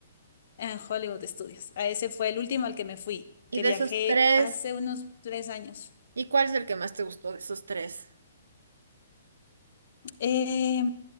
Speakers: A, on the left; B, on the right.
A: En Hollywood Studios. A ese fue el último al que me fui,
B: Y
A: que
B: de
A: viajé
B: esos tres,
A: hace unos tres años.
B: ¿y cuál es el que más te gustó de esos tres?
A: Eh,